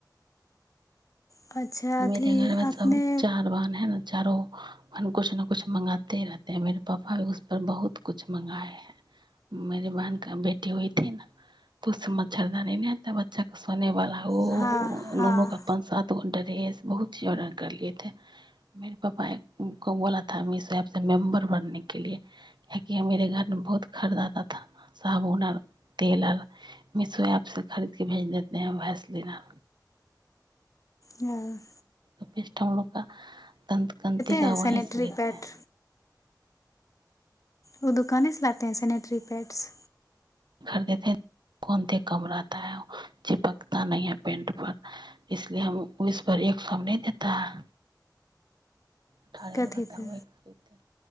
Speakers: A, on the left; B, on the right.
A: अच्छा अथी
B: मेे घर मे
A: अपने
B: सब चार बहन है ने चारो कुछ ने कुछ मंगाते रहत है मेर पापा भी उस पर बहुत कुछ मंगाए है मेरी बहन क बेटी हई ही न त उस मच्छरदानी न आता बच्चा के सोने वाला वो
A: हँ हँ
B: दोनों का पाँच सात घण्टाे बहुत चीज ऑर्डर करलियेथे मेर पापा को बोलाथ मिशो प से मेंबर बनने के लि काकि मरे घरमे बहुत खरीदता थ साबुन आर तेल आर मिशो ऐप से खरीदके भेज देते हैं भैसलिनर
A: हँ
B: बेठलग दन्तकन्तिका
A: हैं सैनिटरी
B: वही से लेते
A: पैड
B: है
A: ओ दोकानेसँ लाते हैं सनेटरी पैड्स
B: खरीदेतेै कोनते कम रहताै चिपकता नह है पेंट पर इसलि हम इस परर एक सएमे नहि देता है अठारे
A: कथी
B: उ रह तै
A: पे
B: ओहि करतै